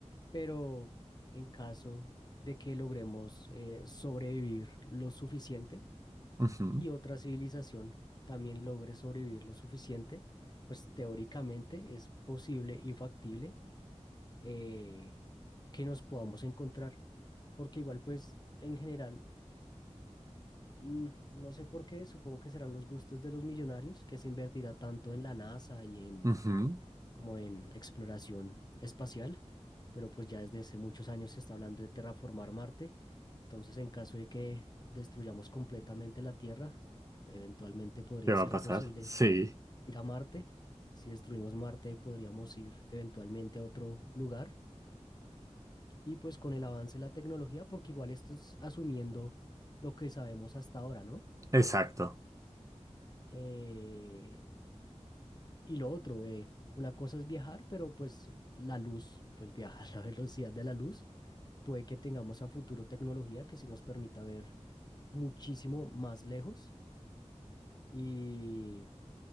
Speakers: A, on the left; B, on the right.
A: pero en caso de que logremos eh, sobrevivir lo suficiente
B: Ujú,
A: y otra civilización también logre sobrevivir lo suficiente, pues teóricamente es posible y factible eh, que nos podamos encontrar. Porque igual pues en general Mm, No sé por qué, supongo que serán los gustos de los millonarios, que se invertirá tanto en la NASA y en
B: ujú.
A: como en exploración espacial, pero pues ya desde hace muchos años se está hablando de terraformar Marte, entonces en caso de que destruyamos completamente la Tierra, eventualmente podría
B: ¿Qué va
A: ser
B: a pasar?
A: posible
B: Sí,
A: ir a Marte. Si destruimos Marte, podríamos ir eventualmente a otro lugar. Y pues con el avance de la tecnología, porque igual esto es asumiendo lo que sabemos hasta ahora, ¿no?
B: exacto.
A: Eh, y lo otro, eh, una cosa es viajar, pero pues la luz, pues viaja <laughs> a la velocidad de la luz. Puede que tengamos a futuro tecnología que sí nos permita ver muchísimo más lejos y